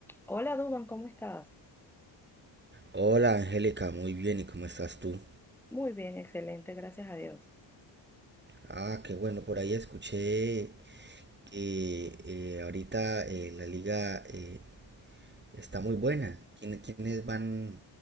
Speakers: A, in the centre; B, on the right.
A: Hola Duban, ¿cómo estás?
B: Hola Angélica, muy bien, ¿y cómo estás tú?
A: Muy bien, excelente, gracias a Dios.
B: Ah, qué bueno, por ahí escuché que eh, ahorita eh, la liga eh, está muy buena. ¿Quién- ¿Quiénes van,